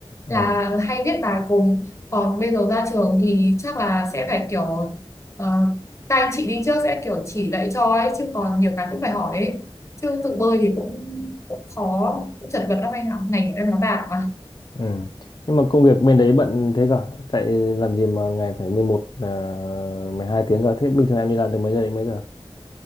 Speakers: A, on the left; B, on the left.
A: Ừ.
B: là hay viết bài cùng còn bây giờ ra trường thì chắc là sẽ phải kiểu uh, các anh chị đi trước sẽ kiểu chỉ dạy cho ấy chứ còn nhiều cái cũng phải hỏi ấy chứ tự bơi thì cũng, cũng khó cũng chật vật lắm anh ạ ngành của em nó bạc
A: Ừ. Nhưng mà công việc bên đấy bận thế cả Tại làm gì mà ngày phải 11 12 tiếng cả Thế bình thường em đi làm từ mấy giờ đến mấy giờ